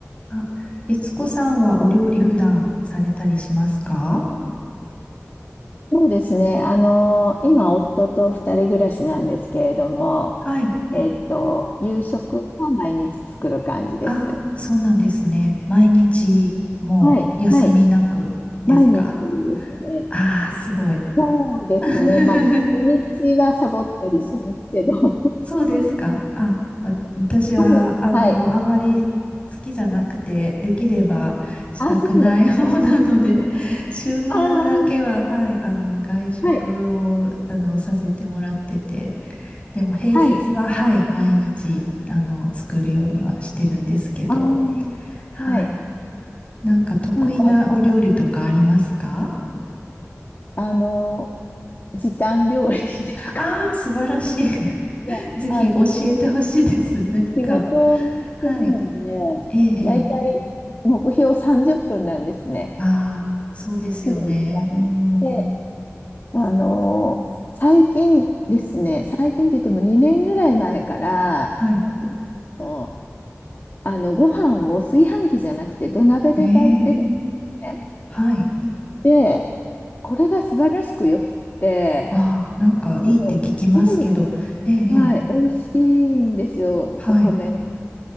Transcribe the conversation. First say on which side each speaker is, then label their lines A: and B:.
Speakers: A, on the left; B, on the left.
A: あ、悦子さんはお料理普段されたりしますか
B: そうですね。あの、今、夫と二人暮らしなんですけれども、
A: はい。
B: えっと、夕食は毎日作る感じです。
A: あ、そうなんですね。毎日もう休みなくですか
B: はい、はい。毎日ですね。
A: ああー、すごい。<laughs>
B: そうですね。まあ、土日はサボったりしますけど。<laughs>
A: そうですか。あ、わ私は、
B: はい、
A: あの、
B: はい。
A: あまり好きじゃなくて、できればしたくない方なので、
B: あ、そうなんですか。
A: <laughs> 週末だけは、
B: ああ、
A: はい、あの、外食を、
B: はい、
A: あの、させてもらってて、でも平日は、
B: はい。
A: はい、毎日、あの、作るようにはしてるんですけど、
B: ああ、
A: はい。
B: はい。
A: なんか得意なお料理とかありますか
B: なんか、あの、時短料理ですか。
A: ああー、
B: <laughs>
A: 素晴らしい。<laughs>
B: いや、
A: ぜひ教えてほしいです。
B: あの、
A: 何か。
B: 仕事をしてるので、
A: はい。ええ、ええ。
B: だいたい目標30分なんですね。
A: ああ、そうですよね。
B: 来る時間が。
A: うーん。
B: で、あのー最近ですね、最近って言っても2年ぐらい前から、
A: はい。
B: のあのご飯を炊飯器じゃなくて土鍋で炊いてるんです
A: ええ、
B: ね。
A: はい。
B: で、これが素晴らしくよくって、
A: ああ、なんかいいって聞きますけど。
B: もうすごい、
A: ええ、
B: はい、
A: ええ
B: 美味しいんですよ、
A: はい。
B: お米が。